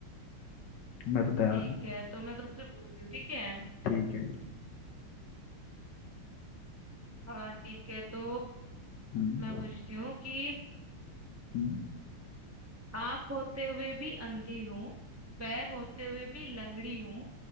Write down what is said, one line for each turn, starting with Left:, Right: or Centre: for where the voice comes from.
Left: मैं तो तैयार
Right: ठीक
Left: हूँ
Right: है तो मैं तुमसे पूछती हूँ ठीक है
Left: ठीक है
Right: हाँ ठीक है तो
Left: हम्म
Right: मैं पूछती हूँ कि
Left: हम्म।
Right: आँख होते हुए भी अंधी हूँ पैर होते हुए भी लंगड़ी हूँ